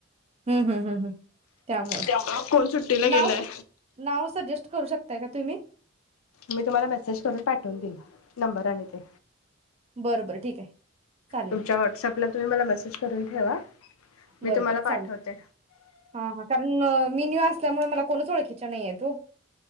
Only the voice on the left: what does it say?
त्यामुळं कोण सुट्टीला गेलंय.
मी तुम्हाला मेसेज करून पाठवून दिल नंबर आणि ते
तुमच्या व्हॉट्सअपला तुम्ही मला मेसेज करून ठेवा मी
तुम्हाला पाठवते.